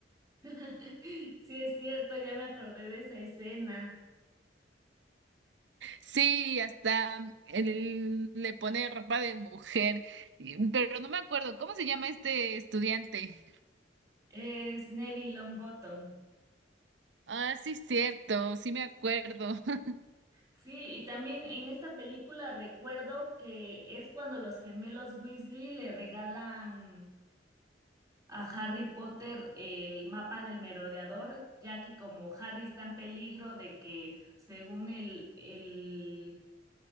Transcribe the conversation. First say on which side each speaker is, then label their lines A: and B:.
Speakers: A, on the right; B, on the right.
A: <laughs> Sí, es cierto, ya me acordé de esa escena.
B: Sí, hasta él le pone ropa de mujer, y- pero no me acuerdo, ¿cómo se llama este estudiante?
A: Es Neville Longbottom.
B: Ah, sí, cierto, sí me acuerdo. <laughs>
A: Sí, y también en esta película recuerdo que es cuando los gemelos Weasley le regalan a Harry Potter el mapa del merodeador, ya que como Harry está en peligro de que, según el, el